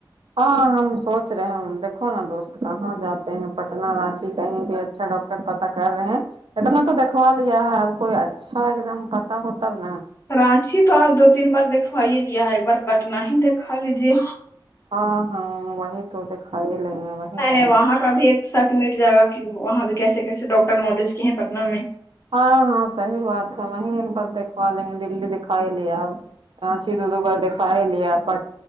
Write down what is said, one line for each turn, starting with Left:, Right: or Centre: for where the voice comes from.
Right: ہاں ہم سوچ رہے ہیں دیکھو نہ دوست کہاں جاتے ہیں اتنا رانچی کہیں بھی اچھا ڈاکٹر پتا کر رہے ہیں اتنا تو دھوا لیا ہے اب کوئی اچھا ایک دم پتا ہوتاب نا
Left: کرانچی تو آج دو تین بار دکھوا ہی لیا ہے ایک بار پٹنہ ہی دیکھا لیجیے
Right: ہاں ہاں وہی تو دھا ہی لیں گے وہی
Left: نہیں
Right: کریں
Left: نہیں وہاں
Right: گے
Left: کا بھی ایک شک مٹ جائے گا کہ وہاں بھی کیسے کیسے ڈاکٹر مولیس کی ہیں پٹنہ میں
Right: ہاں ہاں صحیح بات ہے وہیں ایک بار دیکھوا لیں گے دلی دکھائی لے آب یہا چلے گئے بعد دکھاائی لیا پر